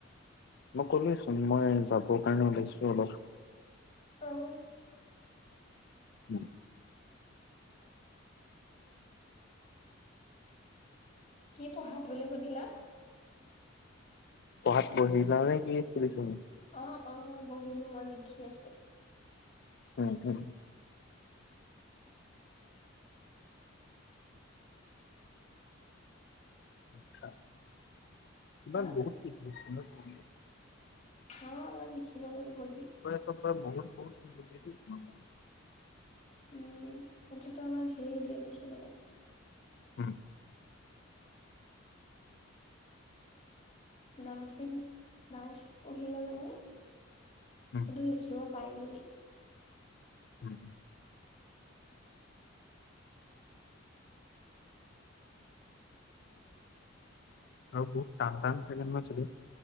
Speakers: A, on the left (about 55°); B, on the left (about 30°).
A: মই কলোৱেচোন মই যাবৰ কাৰণে ওলাইছো অলপ
B: অহ।
A: উম
B: কি পঢ়াত বুলি সুধিলা?
A: পঢ়াত বহিলা নে কি সুধিছোঁ।
B: অ অ বহিলো, মই লিখি আছোঁ।
A: উম উম লিখা, ইমান
B: হা
A: বহুত কি? বিচনাত বহি।
B: অহ লিখি লব লাগিব হী
A: তপৰা বহুত বহুত এইটো খাম।
B: উম সেইটোত মই ধেই ধেই লিখিলো।
A: উম।
B: নাচবিন নাৰ্ছ পঢ়িব নে, সেইটো
A: উম
B: লিখিব পাইলবি
A: <inaudible> আৰু বহুত টান টান। <unintelligible>